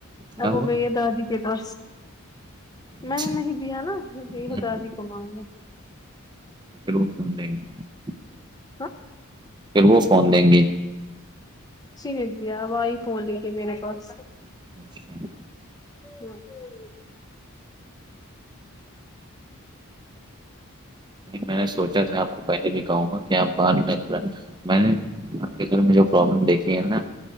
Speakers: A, on the right; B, on the left.
A: کیا
B: اب
A: ہوا
B: وہ گئی ہے دادی کے پس
A: اچھا
B: میں نے نہیں دیا نا ہے
A: ہوں،
B: داادی کمار میں
A: لوگ سم دیں گے <unintelligible>
B: ہاں
A: پھر وہ فون دیں گی
B: جی بیا آب آ ہی فون لیجیے میرے پاس
A: اچھا۔
B: ہوں <unintelligible>
A: میں نے سوچا تھا آپ کو پہلے بھی کہوں گا کیا ا بار نہیں میں نے مھ پرابلم دیکھی ہے نا